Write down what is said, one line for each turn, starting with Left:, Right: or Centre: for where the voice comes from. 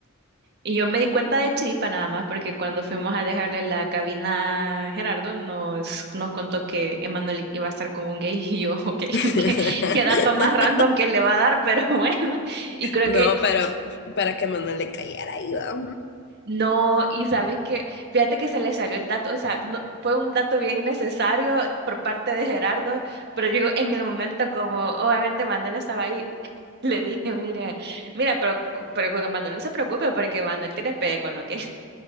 Right: Y yo me di cuenta de Chiripa nada más, porque cuando fuimos a dejarle la cabina a Gerardo, nos, nos contó que Emanuel iba a estar con un gay <laughs> y yo, ok,
Left: <laughs>
Right: <laughs> qué, qué dato más random que le va a dar, <laughs> pero bueno, y creo
Left: No,
Right: que
Left: pero para que Manuel le cayera ahí, va.
Right: no, y sabes que, fíjate que se le salió el dato, o sea, no- fue un dato bien necesario por parte de Gerardo, pero digo, en el momento como obviamente Manuel estaba ahí. <laughs> Le dije, mire, mira, pero, pero con Manuel no se preocupe porque Manuel tiene pegue con lo que